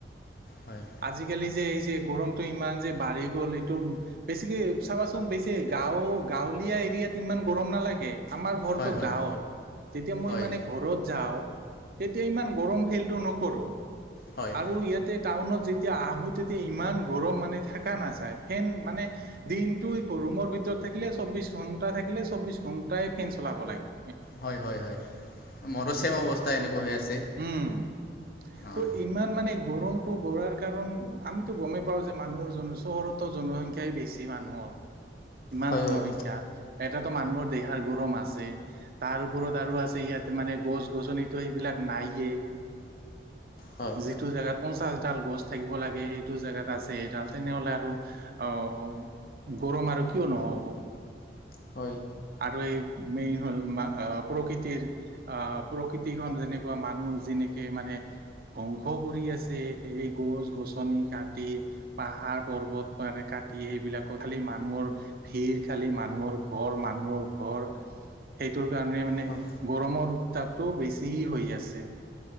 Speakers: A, on the left; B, on the right.
A: হয়
B: আজিকালি যে এই যে গৰমতটো ইমান যে বাঢ়ি গ'ল এইটো বেছিকে চাবাচোন বেছি গাঁও গাঁৱলীয়া এৰিয়াত ইমান গৰম নালাগে আমাৰ ঘৰটো
A: হয় হয়
B: গাঁৱত যেতিয়া মই
A: হয়
B: মানে ঘৰত যাওঁ তেতিয়া ইমান গৰম ফিলটো নকৰোঁ
A: হয়
B: আৰু ইয়াতে টাউনত যেতিয়া আহো তেতিয়া ইমান গৰম মানে থকা নাযায় ফেন মানে দিনটো কৰো ৰুমৰ ভিতৰত থাকিলে, চৌবিশ ঘন্টা থাকিলে চৌবিশ ঘণ্টাই ফেন চলাব লাগে।
A: হয় -হয় -হয় মৰো চেম অৱস্থা এনেকুৱা হৈ আছে।
B: উম টো
A: অঁ
B: ইমান মানে গৰমটো বঢ়াৰ কাৰণ, আমিতো গমেই পাওঁ যে মানুহৰ জন চহৰতো জনসংখ্যাই বেছি মানুহৰ ইমান
A: হয়
B: জনসংখ্যা
A: হয়
B: এটাটো মানুহৰ দেহাৰ গৰম আছেই। তাৰ ওপৰত আৰু আছে ইয়াত মানে গছ -গছনিটো এইবিলাক নায়ে,
A: হয়
B: যিটো জেগাত পঞ্চাশডাল গছ থাকিব লাগে, সেইটো জেগাত আছে এডাল তেনেহ'লে আৰু অহ গৰম আৰু কিয় নহ'ব।
A: <inaudible>
B: আৰু এই মেইন হ'ল আ প্ৰকৃতিৰ আ প্ৰকৃতিখন যেনেকুৱা মানুহ যেনে কি মানে? ধ্বংস কৰি আছে। এই গছ -গছনি কাটি পাহাৰ- পৰ্বত মানে কাটি কাটি এইবিলাকত খালি মানুহৰ ভিৰ খালি মানুহৰ ঘৰ মানুহৰ মোৰ ঘৰ সেইটোৰ কাৰণে মানে
A: হয়
B: গৰমৰ তাপটো বেছি হৈ আছে।